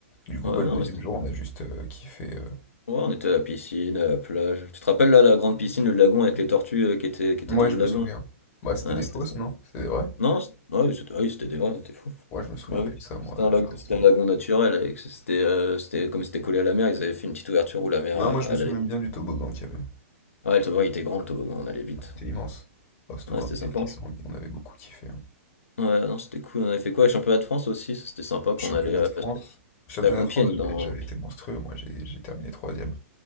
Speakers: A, on the left (about 30°); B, on the left (about 70°).
A: Du coup,
B: Ouais,
A: bah,
B: mais
A: le
B: non,
A: deuxième
B: mais c'était-
A: jour,
B: ouais,
A: on a juste euh, kiffé. euh.
B: on était à la piscine, à la plage. Tu te rappelles là, la grande piscine, le lagon avec les tortues euh, qui étaient, qui
A: Moi,
B: étaient dans
A: je
B: le
A: me
B: lagon?
A: souviens. Bah, c'était
B: là
A: des
B: Ouais, c'était
A: fausses,
B: ça.
A: non? C'était des vraies?
B: Non, c'était ouais, oui, c'était ouais, c'était des vrais, t'es fou.
A: Ouais, je me souviens
B: Ouais,
A: plus
B: oui.
A: de ça, moi,
B: C'était un lagon,
A: exactement.
B: c'était un lagon naturel. avec- C'était euh, c'était- comme c'était collé à la mer, ils avaient fait une petite ouverture où la mer
A: Non,
B: euh,
A: moi je me
B: elle
A: souviens
B: allait.
A: bien du toboggan qu'il y avait.
B: Ouais, le toboggan il était grand, le toboggan, on allait vite.
A: C'était immense. Oh, surtout
B: Ouais,
A: quand
B: c'était
A: on était
B: sympa.
A: petits, on on avait beaucoup kiffé. hein.
B: Ouais, non, c'était cool. On avait fait quoi? Le championnat de France aussi, ça, c'était sympa
A: Championnat
B: quand on allait euh,
A: de France. Championnat
B: c'était à Compiègne.
A: de France, j'avais
B: Dans...
A: j'avais été monstrueux, moi j'ai j'ai terminé troisième.